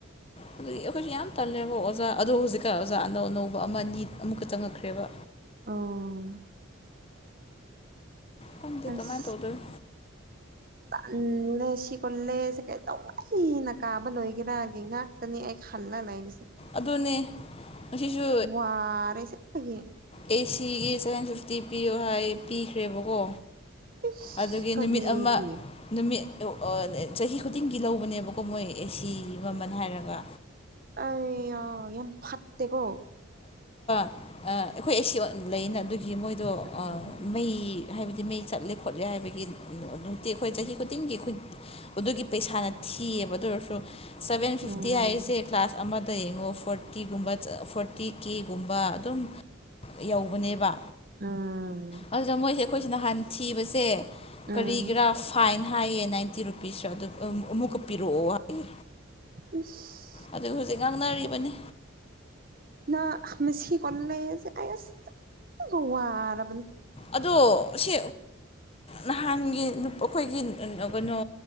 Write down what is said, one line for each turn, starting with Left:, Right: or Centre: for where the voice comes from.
Left: ꯑꯗꯨꯒꯤ ꯑꯩꯈꯣꯏꯁꯨ ꯌꯥꯝ ꯇꯜꯂꯦꯕ ꯑꯣꯖꯥ ꯑꯗꯣ ꯍꯧꯖꯤꯛꯀꯥꯟ ꯑꯣꯖꯥ ꯑꯅꯧ ꯑꯅꯧꯕ ꯑꯃ ꯑꯅꯤ ꯑꯃꯨꯛꯀ ꯆꯪꯉꯛꯈ꯭ꯔꯦꯕ
Right: ꯑꯣ
Left: ꯈꯪꯗꯦ
Right: ꯑꯁ
Left: ꯀꯃꯥꯏꯅ ꯇꯧꯗꯣꯏꯅꯣ
Right: ꯇꯜꯂꯦ ꯁꯤ ꯀꯣꯜꯂꯦꯁꯦ ꯀꯩ ꯇꯧꯕꯩꯅ ꯀꯥꯕ ꯂꯣꯏꯒꯦꯔꯒꯤ ꯉꯥꯛꯇꯅꯤ ꯑꯩ ꯈꯜꯂ ꯂꯩꯔꯤꯁꯦ
Left: ꯑꯗꯨꯅꯦ ꯉꯁꯤꯁꯨ
Right: ꯋꯥꯔꯦ ꯆꯠꯄꯒꯤ
Left: ꯑꯦ ꯁꯤꯒꯤ ꯁꯚꯦꯟ ꯐꯤꯐꯇꯤ ꯄꯤꯌꯣ ꯍꯥꯏ ꯄꯤꯈ꯭ꯔꯦꯕꯀꯣ
Right: ꯏꯁ
Left: ꯑꯗꯨꯒꯤ
Right: ꯀꯔꯤꯒꯤ
Left: ꯅꯨꯃꯤꯠ ꯑꯃ ꯅꯨꯃꯤꯠ ꯑ ꯑꯣ ꯆꯍꯤ ꯈꯨꯗꯤꯡꯒꯤ ꯂꯧꯕꯅꯦꯕꯀꯣ ꯃꯣꯏ ꯑꯦꯁꯤ ꯃꯃꯜ ꯍꯥꯏꯔꯒ
Right: ꯑꯩ ꯌꯥ ꯌꯥꯝ ꯐꯠꯇꯦꯀꯣ
Left: ꯑ ꯑꯩꯈꯣꯏ ꯑꯦ ꯁꯤ ꯑꯣ ꯂꯩꯅ ꯑꯗꯨꯒꯤ ꯃꯣꯏꯗꯣ
Right: ꯎꯝ
Left: ꯃꯩ ꯍꯥꯏꯕꯗꯤ ꯃꯩ ꯆꯠꯂꯦ ꯈꯣꯠꯂꯦ ꯍꯥꯏꯕꯒꯤ ꯅꯨꯡꯇꯤ ꯑꯩꯈꯣꯏ ꯆꯍꯤ ꯈꯨꯗꯤꯡꯒꯤ ꯑꯩꯈꯣꯏ ꯑꯗꯨꯒꯤ ꯄꯩꯁꯥꯅ ꯊꯤ ꯊꯤꯌꯦꯕ ꯑꯗꯨ ꯑꯣꯏꯔꯁꯨ ꯁꯥꯚꯦꯟ ꯐꯤꯐꯇꯤ
Right: ꯎꯝ
Left: ꯍꯥꯏꯁꯦ ꯀ꯭ꯂꯥꯁ ꯑꯃꯗ ꯌꯦꯡꯉꯣ ꯇꯤ ꯒꯨꯝꯕ ꯐꯣꯔꯇꯤ ꯀꯦꯒꯨꯝꯕ ꯑꯗꯨꯝ ꯌꯧꯕꯅꯦꯕ
Right: ꯎꯝ
Left: ꯑꯗꯨꯗ ꯃꯣꯏꯁꯦ ꯑꯩꯈꯣꯏꯁꯤ ꯅꯍꯥꯟ ꯊꯤꯕꯁꯦ
Right: ꯎꯝ
Left: ꯀꯔꯤꯒꯤꯔꯥ ꯐꯥꯏꯟ ꯊꯥꯏꯌꯦ ꯅꯥꯏꯟꯇꯤ ꯔꯨꯄꯤꯁꯔ ꯑꯗꯨꯝ ꯑꯃꯨꯛꯀ ꯄꯤꯔꯛꯑꯣ ꯍꯥꯏꯌꯦ
Right: ꯏꯁ
Left: ꯑꯗꯨ ꯍꯧꯖꯤꯛ ꯉꯥꯡꯅꯔꯤꯕꯅꯤ
Right: ꯅ ꯃꯁꯤ ꯀꯂꯦꯖꯁꯦ ꯑꯁ ꯌꯥꯝ ꯋꯥꯔꯕꯅꯤ
Left: ꯑꯗꯣ ꯁꯤ ꯅꯍꯥꯟꯒꯤ ꯑꯩꯈꯣꯏꯒꯤ ꯀꯩꯅꯣ